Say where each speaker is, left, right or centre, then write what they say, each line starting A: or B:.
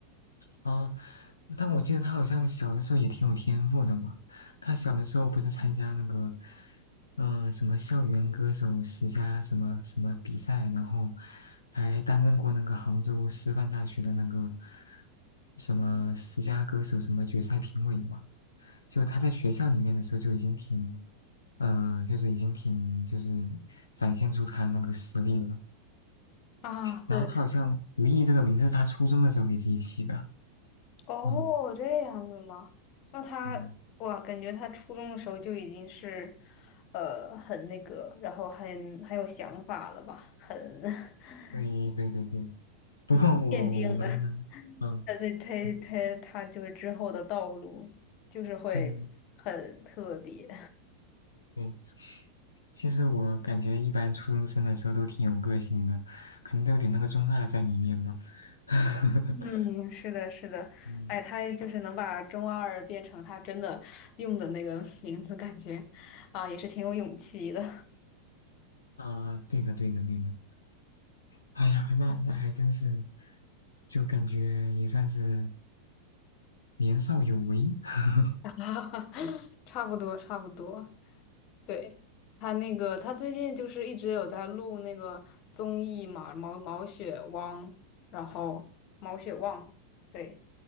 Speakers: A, on the left; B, on the left.
A: 啊，但我记得他好像小的时候也挺有天赋的嘛。他小的时候不是参加那个，嗯、什么校园歌手十佳什么什么比赛，然后还担任过那个杭州师范大学的那个什么十佳歌手什么决赛评委嘛。就他在学校里面的时候就已经挺，嗯、就是已经挺就是展现出他那个实力了。
B: 啊。
A: 然后他好像“如意”这个名字是他初中的时候给自己起的，
B: 对哦，
A: 嗯。
B: 这样子吗？那他，
A: 嗯
B: 哇，感觉他初中的时候就已经是，呃，很那个，然后很很有想法了吧？很，<laughs>
A: 对对对对，不过我我们，
B: 已经奠定了
A: 嗯
B: 他这他他他就是之后的道路，
A: 嗯，
B: 就是会很特别。
A: 嗯对，其实我感觉一般初中生的时候都挺有个性的，可能都有点那个中二在里面吧。<laughs>
B: 嗯，是的，是的，
A: 嗯
B: 哎，他就是能把中二变成他真的用的那个 <laughs> 名字，感觉啊，也是挺有勇气的。
A: 啊，对的对的对的，哎呀，那那还真是，就感觉也算是年少有为。<laughs>
B: <laughs> 差不多，差不多。对，他那个，他最近就是一直有在录那个综艺嘛，毛毛血汪，然后毛血旺，对，